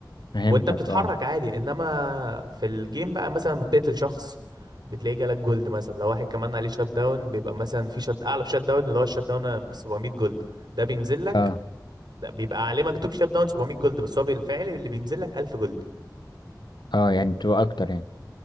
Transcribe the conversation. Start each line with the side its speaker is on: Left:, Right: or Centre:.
Left: فهمتك
Right: وانت بتتحرك
Left: اه
Right: عادي انما في الجيم بقى مثلا لما بتقتل شخص بتلاقيه جالك جولد مثلا لو واحد كمان عليه شات داون بيبقى مثلا في شات اعلى شات داون اللي هو الشات داون ب 700 جولد ده بينزل لك
Left: اه
Right: ده بيبقى عليه مكتوب شات داون 700 جولد بس هو بالفعل اللي بينزل لك 1000 جولد
Left: اه يعني بتبقى اكتر يعني